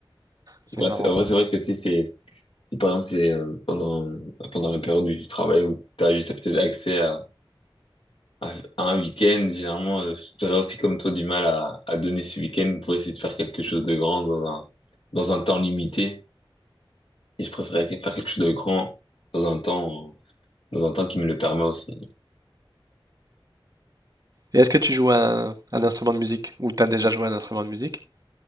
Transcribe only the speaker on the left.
Ouais,
c'est, en vrai, c'est vrai que si c'est, si par exemple c'est euh, pendant pendant la période du travail où t'as juste peut-être accès à, à, à un week-end, généralement, euh, j'aurais aussi comme toi du mal à, à donner ce week-end pour essayer de faire quelque chose de grand dans un dans un temps limité. Et je préférerais que- faire quelque chose de grand dans un temps dans un temps qui me le permet aussi.